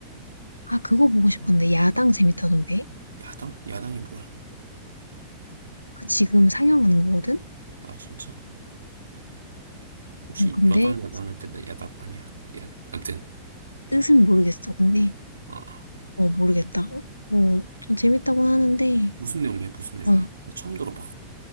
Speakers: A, on the left; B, on the right.
A: 아, 그거 보고 싶었는데. 야당 재밌다던데.
B: 야당? 야당이 뭐야?
A: 그 지금 상영하는 거거든?
B: 아, 진짜? 혹시
A: 어, 근데
B: 여당, 야당 할 때 나 야당 아니야. 미안. 아무튼,
A: 뜻은 모르겠어. 근데,
B: 어.
A: 어, 모르겠다. 어, 어, 좀 재밌다고 하는데,
B: 무슨 내용이야, 무슨 내용이야?
A: 아,
B: 나 처음 들어봐.